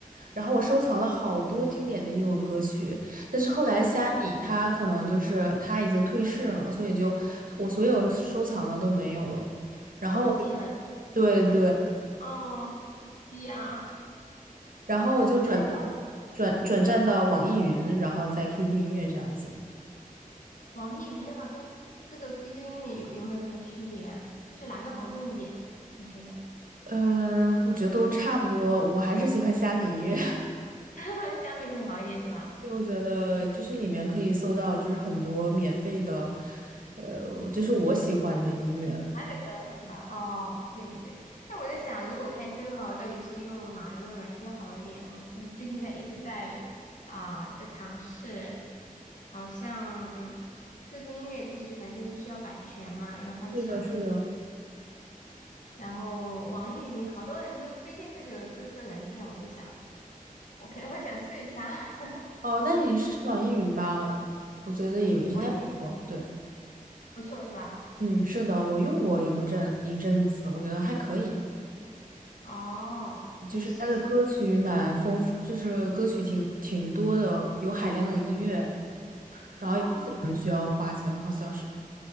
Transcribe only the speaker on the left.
嗯
都不见了
哦，对呀，
哎，那个。
网易云的话跟这个 QQ 音乐有有没有什么区别啊？就是哪个好用一点？你觉得？
<laughs> 虾米会好一点是吧？
喜欢的歌是吧？哦，对对对。那我在想，如果开车的话，我到底是用哪一个软件好一点？我自己最近在一直在啊、在尝试，好像 QQ 音乐就是反正就是要版权嘛，要翻墙。
然后网易云好多人都推荐这个这个软件，我就想，我可 <laughs> 我想试一下。<laughs>
网易云。
不错是吧？
哦，
可以试一下。
哦，